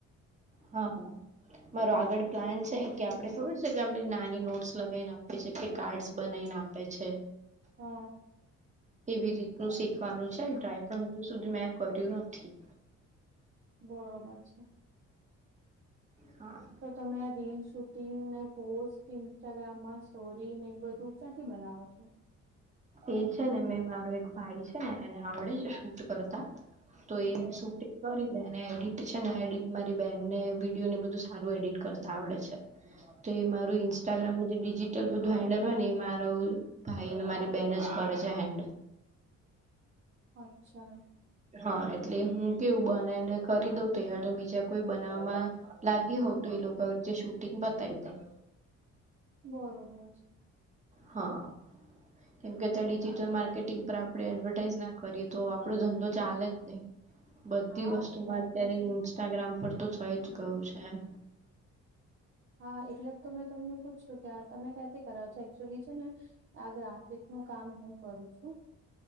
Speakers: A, on the right; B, on the right.
A: હા આ. મારો આગળ પ્લાન છે કે આપડે ખબર છે કે આ નાની નોટ્સ લગાઇને આપીએ છીએ કે કાર્ડ્સ બનાઇને આ પીએ છે.
B: હ‌હ અ
A: એવી રીતનું શીખવાનું છેને ટ્રાય પણ હજુ સુધી મેં કર્યું નથી.
B: બરોબર છે.
A: હા.
B: તો તમે આ રીલ, શૂટિંગને પોસ્ટિંગ ઇન્સ્ટાગ્રામમાં સ્ટોરીને એ બધું ક્યાંથી બનાવો છો?
A: એ છે ને મેં મારો એક ભાઈ છે ને એને આવડે જ શૂટ કરતા તો એ
B: બરોબર
A: શૂટિંગ કરી દે ને એડિટ છે ને એડિટ મારી બેહેનને વિડીયોને એ બધું સારું એડિટ કરતાં આવડે છે તો એ મારું ઇન્સ્ટાગ્રામ જે ડિજિટલ બધું હેન્ડલ હોયને એ મારો ભાઈને મારી બેન જ કરે છે હેન્ડલ.
B: અચ્છા.
A: હા એટલે હું કેવું બનાઈને કરી દઉં તૈયાર તો બીજા કોઈ બનાવમાં લાગી હોઉં તો એ લોકો વરચે શૂટિંગ બતાઈ દે
B: બોરોબર
A: હ અ કેમ કે અત્યારે ડિજિટલ માર્કેટિંગ પર આપડે એડવર્ટાઈઝ ના કરીએ તો આપડો ધંધો ચાલે જ નઈ. બધી
B: હા
A: વસ્તુમાં
B: એ વાત
A: અત્યારે
B: તો છે
A: ઇન્સ્ટાગ્રામ પર તો થઈ જ ગયું છે એમ.
B: હા એટલે તો મેં તમને પૂછ્યું કે આ તમે ક્યાંથી કરો છો એકચુઅલી છે ને આ ગ્રાફિકનું કામ હું કરું છું